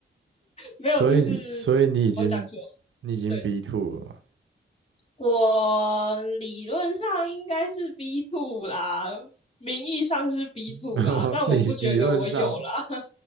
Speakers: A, on the left (about 30°); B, on the right (about 80°).
A: 没有，
B: 所以你所以你已经
A: 就是我会讲错，
B: 你已经
A: 对，
B: B two 了嘛？
A: 我理论上应该是 B two 啦，名义上是 B
B: <laughs>
A: two
B: 然后理理论上，
A: 啦，但我不觉得我有啦。